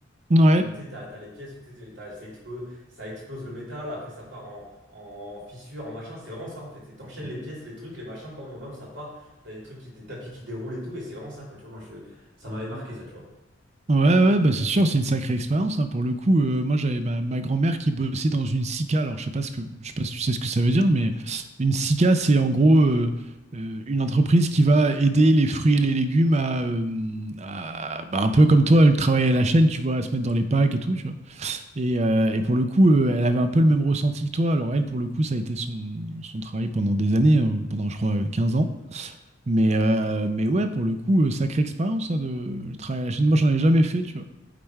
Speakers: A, on the right (about 35°); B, on the right (about 65°).
A: Ouais.
B: Où tu sais, t'as, t'as les pièces où tu sais, t'as- c'est explo- ça explose le métal, après ça part en, en fissure, en machin. C'est vraiment ça en fait. C'est t'enchaînes les pièces, les trucs, les machins, bam bam bam, ça part. T'as des trucs, qui, des tapis qui déroulent et tout. Et c'est vraiment ça quoi, tu vois. Moi, je, ça m'avait marqué ça, tu vois.
A: Ouais, ouais, bah c'est sûr, c'est une sacrée expérience. hein. Pour le coup, euh, moi j'avais ma, ma grand-mère qui bossait dans une SICA. Alors je sais pas ce que, je sais pas si tu sais ce que ça veut dire, mais une SICA, c'est en gros euh, euh, une entreprise qui va aider les fruits et les légumes à, euh, à- bah, un peu comme toi, le travail à la chaîne, tu vois, à se mettre dans les packs et tout, tu vois. Et, euh, et pour le coup, euh, elle avait un peu le même ressenti que toi. Alors elle, pour le coup, ça a été son, son travail pendant des années, euh, pendant je crois euh, 15 ans. Mais, euh, mais ouais, pour le coup, euh, sacrée expérience, hein, de le travail à la chaîne. Moi, j'en ai jamais fait, tu vois.